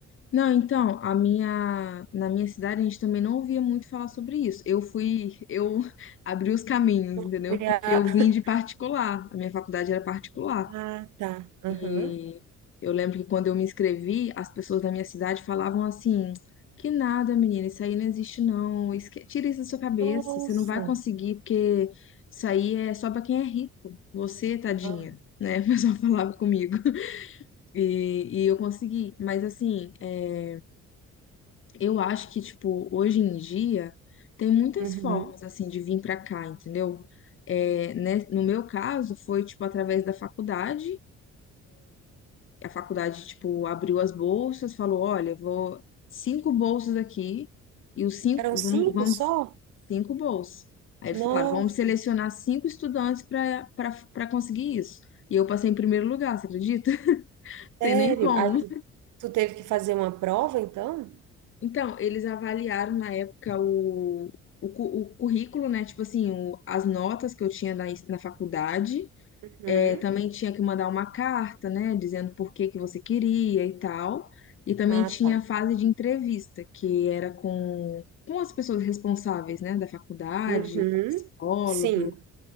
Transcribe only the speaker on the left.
Não, então, a minha, na minha cidade a gente também não ouvia muito falar sobre isso. Eu fui, eu <laughs> abri os caminhos,
entendeu? Porque
eu
vim de particular. A minha faculdade era particular.
E Eu lembro que quando eu me inscrevi, as pessoas da minha cidade falavam assim: que nada, menina, isso aí não existe não, Esque- tira isso da sua cabeça,
você não vai conseguir, porque isso aí é só pra quem é rico, você, tadinha,
né? <laughs> O pessoal falava comigo. <laughs> E, e eu consegui, mas assim, é, eu acho que, tipo, hoje em dia tem muitas
formas, assim, de vir pra cá, entendeu? É, né, no meu caso, foi, tipo, através da faculdade A faculdade, tipo, abriu as bolsas, falou, olha, vou cinco bolsas aqui e os cinco,
vamos, vamos-
cinco bolsas. Aí eles
falaram, vamos selecionar cinco estudantes para para conseguir isso. E eu passei em primeiro lugar, você acredita? <laughs>
Tem nem como.
Então, eles avaliaram na época o, o, cu- o currículo, né? Tipo assim, o- as notas que eu tinha na, na faculdade
É, também tinha que mandar uma carta, né, dizendo por que que você queria e tal. E também
tinha
a fase de entrevista, que era com, com as pessoas responsáveis, né, da faculdade,
com o psicólogo.